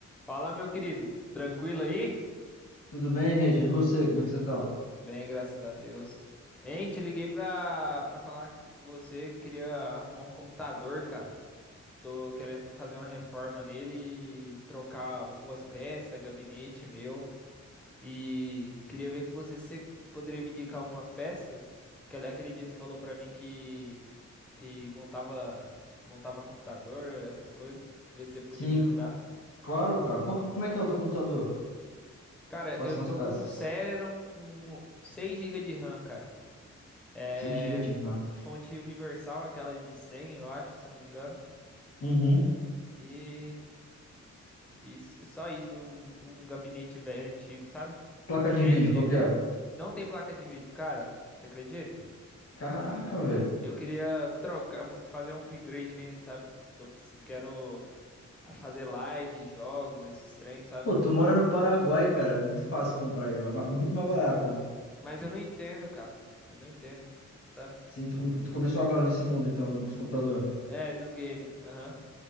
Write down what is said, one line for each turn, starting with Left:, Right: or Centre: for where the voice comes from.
Centre: Fala, meu querido, tranquilo aí?
Left: Tudo bem, Reger? E você, como é que você tá?
Centre: Bem, graças a Deus. Hein, te liguei pra, pra falar com você, queria arrumar um computador, cara. Tô querendo fazer uma reforma nele e trocar algumas peças, gabinete meu. E queria ver com você se você poderia me indicar algumas peças. Que Aquele dia você falou pra mim que, que montava, montava computador, essas coisas. Ver se você podia
Left: Sim,
Centre: me ajudar.
Left: c- claro, cara. Qual, que- como é que é o teu computador?
Centre: Cara,
Left: Quais
Centre: eu
Left: são
Centre: tô
Left: as peças?
Centre: com um Celeron com seis GB de RAM, cara. É
Left: Seis gigas de RAM.
Centre: fonte universal, aquela de 100, eu acho, se eu não me engano.
Left: Uhum.
Centre: E, e s- só isso, um, um gabinete velho antigo, sabe?
Left: Placa de
Centre: Bem
Left: vídeo,
Centre: antigo.
Left: qual que é?
Centre: Não tem placa de vídeo, cara. Você acredita?
Left: Caraca, velho.
Centre: Eu queria trocar, um, fazer um upgrade nele, sabe? Então eu preciso, quero fazer live, jogos, esses trem, sabe?
Left: Pô, tu mora no Paraguai, cara. É muito fácil comprar aí. ma- ma- Muito mais barato, né?
Centre: Mas eu não entendo, cara. Eu não entendo, sabe?
Left: Sim, tu, come- tu começou agora nesse mundo, então, do- dos computadores.
Centre: É, dos games. Aham.